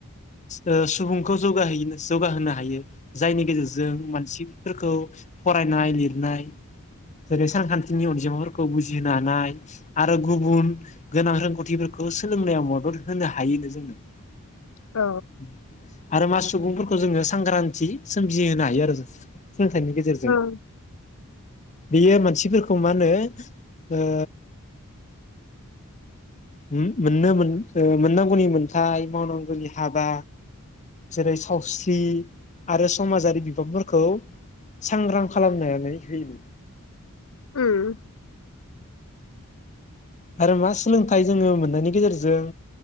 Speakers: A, on the left; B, on the left.
A: ओ सुबुंखौ जौगा जौगाहोनो हायो। जायनि गेजेरजों मानसिफोरखौ फरायनाय लिरनाय जेरै सानखान्थिनि अनजिमाफोरखौ बुजि होनो हानाय आरो गुबुन गोनां रोंगौथिफोरखौ सोलोंनायाव मदद होनो हायो नो जोंनो।
B: औ
A: <inaudible> आरो मा सुबुंफोरखौ जोङो सांग्रांथि सोमजिहोनो हायो आरो जों। सोलोंथाइनि गेजेरजों।
B: औ औ
A: बेयो मानसिफोरखौ मा होनो ओ <unintelligible> मोननो मोन ओ मोननांगौनि मोनथाय मावनांगौनि हाबा जेरै सावस्रि आरो समाजारि बिबांफोरखौ सांग्रां खालामनानै होयो।
B: उम।
A: आरो मा सोलोंथाइ जोङो मोननायनि गेजेरजों